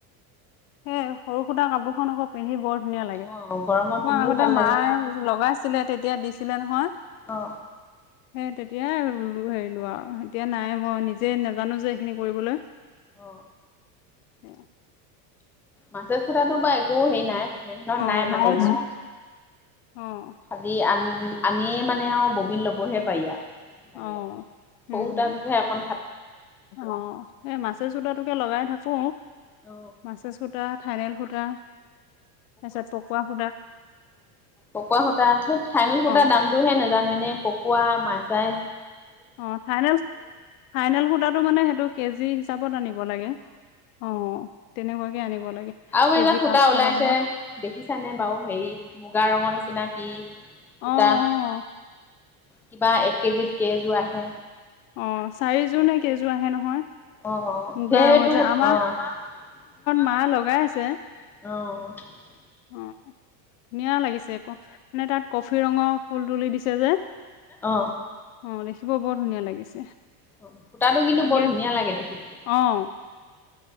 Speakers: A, on the left; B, in the centre.
A: সেই সৰু সুটা কাপোৰখন আক পিন্ধি বৰ ধুনীয়া লাগে।
B: অ গৰমত
A: মই
B: পিন্ধিও
A: আগতে
B: ভাল
A: মায়ে
B: লাগে।
A: লগাইছিলে তেতিয়া দিছিলে নহয়।
B: অ। অ
A: সেই হেৰি লো আৰু এতিয়া মই নিজে নাজানো যে এইখিনি কৰিবলৈ,
B: অ
A: অ
B: মাছেজ খথাটো বা একো হেৰি নাই মেহনত
A: অ',
B: নাই
A: মাছে
B: মানে ইমান।
A: অ',
B: খালি আন আনিয়ে মানে আৰু ববিন ল'বহে পাৰি আউ। লাগে
A: অ',
B: আৰু
A: উম।
B: সৰু সূতাতহে এখন,
A: অ এই মাছে সূতা টোকে লগাই থাকো।
B: অ
A: মাছেজ সূতা, থাইনেল সূতা, তাৰ পিছত পকোৱা সূতা।
B: পকোৱা সূতা সে ফাইনেল
A: অ',
B: সূতাৰ দামটোহে নাজানো এনেই, পকোৱা মাছাই,
A: অ ফাইনেল ফাইনেল সূতাটো মানে সেইটো কেজি হিচাপত আনিব লাগে। অ তেনেকুৱাকে আনিব লাগে।
B: আৰু এযাত
A: কেজি
B: সূতা
A: পাঁচশ
B: ওলাইছে
A: টকা
B: দেখিছানে বাৰু হেৰি মুগা ৰঙৰ নিচিনা কি। সূতা
A: অ'অ'
B: কিবা এক কেজিত কেইযোৰ আহে।
A: অ' চাৰিযোৰ নে কেইযোৰ আহে নহয়।
B: অ' অ'সেইটো
A: মুগা
B: সূ
A: ৰঙৰ যে আমাৰ
B: অ' আমাৰ ঘৰত
A: মায়ে
B: মা
A: লগাই আছে
B: লগাই আছে। অ'
A: অ' ধুনীয়া লাগিছে ক। মানে তাত কফি ৰঙৰ ফুল তুলি দিছে যে।
B: অ
A: অ'দেখিব বৰ ধুনীয়া লাগিছে।
B: হয় সূতাটো কিন্তু
A: তাকে
B: বৰ ধুনীয়া লাগে দেখিবলৈ।
A: অ'